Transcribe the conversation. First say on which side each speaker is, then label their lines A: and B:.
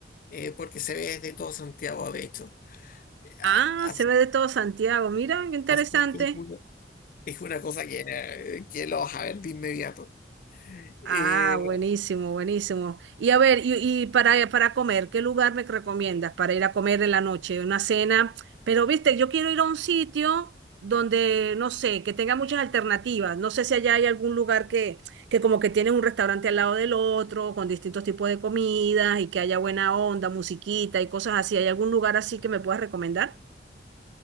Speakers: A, on the left; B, on the right.
A: eh, porque se ve desde todo Santiago, de hecho. A-
B: Ah,
A: a-
B: se ve de todo Santiago. Mira, qué interesante.
A: Así que es una Es una cosa que, eh, que lo vas a ver de inmediato. Eh,
B: Ah, buenísimo, buenísimo. Y a ver, y, y para, para comer, ¿qué lugar me recomiendas para ir a comer en la noche? Una cena. Pero, viste, yo quiero ir a un sitio donde, no sé, que tenga muchas alternativas. No sé si allá hay algún lugar que, que como que tiene un restaurante al lado del otro, con distintos tipos de comidas y que haya buena onda, musiquita y cosas así. ¿Hay algún lugar así que me puedas recomendar?